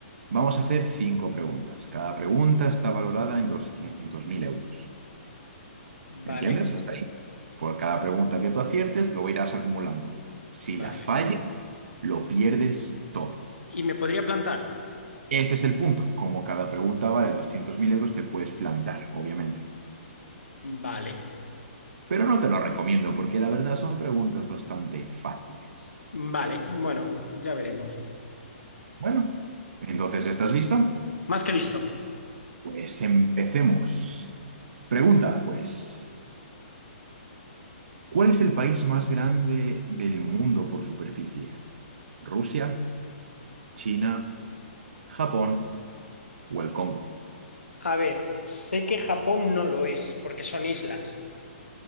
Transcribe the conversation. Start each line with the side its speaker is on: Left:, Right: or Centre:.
Right: Vamos a hacer cinco preguntas. Cada pregunta está valorada en 200.000 euros.
Left: Vale,
Right: ¿Entiendes? Hasta ahí. Por cada pregunta que tú aciertes, lo irás acumulando. Si
Left: vale.
Right: la fallas, lo pierdes todo.
Left: ¿Y me podría plantar?
Right: Ese es el punto. Como cada pregunta vale 200.000 euros, te puedes plantar, obviamente.
Left: Vale,
Right: Pero no te lo recomiendo porque la verdad son preguntas bastante fáciles.
Left: vale, bueno, ya veremos.
Right: Bueno, entonces, ¿estás listo?
Left: Más que listo.
Right: Pues empecemos. Pregunta, pues, ¿cuál es el país más grande del mundo por superficie? ¿Rusia, China, Japón o el Congo?
Left: A ver, sé que Japón no lo es, porque son islas.